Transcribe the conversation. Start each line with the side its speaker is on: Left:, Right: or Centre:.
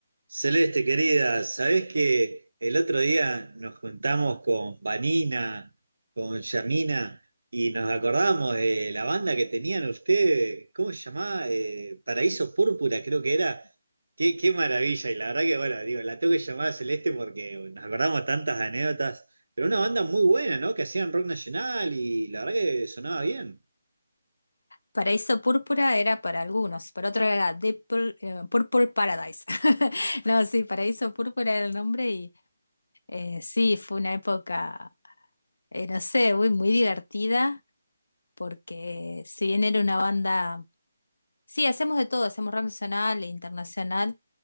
Right: Celeste, querida, ¿sabés que el otro día nos juntamos con Vanina, con Yamina, y nos acordamos de la banda que tenían ustedes? ¿Cómo se llamaba? Eh, Paraíso Púrpura, creo que era. Qué, qué maravilla, y la verdad que, bueno, digo, la tengo que llamar a Celeste porque nos acordamos tantas anécdotas, pero una banda muy buena, ¿no? Que hacían rock nacional y la verdad que sonaba bien.
Left: Paraíso Púrpura era para algunos, para otros era Deep Pur- eh, Purple Paradise. <laughs> No, sí, Paraíso Púrpura era el nombre y eh, sí, fue una época, eh, no sé, muy, muy divertida, porque si bien era una banda Sí, hacemos de todo, hacemos rock nacional e internacional.